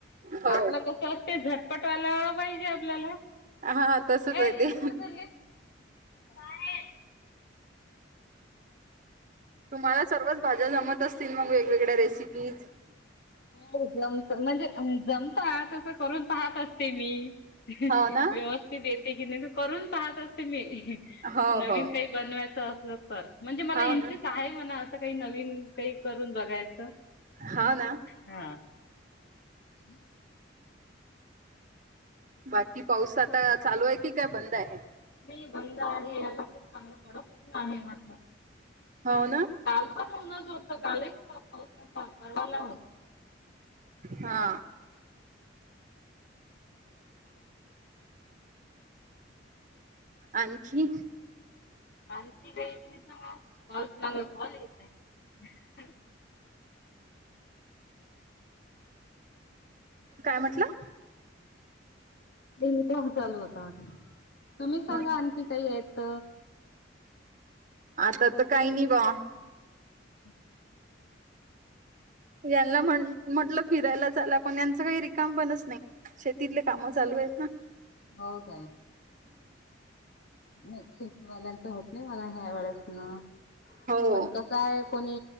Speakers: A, on the right; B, on the left.
A: हो
B: आपलं कसं असते झटपटवाला पाहिजे.. आपल्याला...
A: हा तसच
B: ऐ,
A: आहे ते
B: ऐ कुठं चालली? बाहेर.
A: तुम्हाला सर्वच भाज्या जमत असतील मग वेगवेगळ्या रेसिपीज
B: बर जमत म्हणजे जमता तस करून पाहत असते मी व्यवस्थित
A: हो ना.
B: येते की नाही ते करून पाहत असते मी
A: हो
B: नवीन
A: हो
B: काही बनवायच अस तर म्हणजे मला
A: हाव
B: इंटरेस्ट
A: ना
B: आहे म्हणा अस काही नवीन काही करून बघायचं
A: हाव ना
B: हा ह
A: बाकी पाऊस आता चालू आहे कि काय बंद आहे
B: नाही बंद आहे आता खूप चांगला थोडा
A: हो ना.
B: काल पण उनच होत काल हो परवाला होत
A: हा आणखी
B: आणखी तुम्ही सांगा कॉल कॉल येतय
A: <inaudible> काय म्हटलं
B: ते चालू होता आता तुम्ही
A: ह
B: सांगा आणखी काही आहेत
A: आता तर काही नाही बा
B: ह <unintelligible>
A: यांना म्ह म्हटलं फिरायला चाला पण यांच काही रिकाम पणच नाही शेतीतले कामं चालू का
B: हो काय नाही शेतीवाल्यांच होत नाही मला ह्यावळेच ना
A: हो
B: पण कस आहे कोणी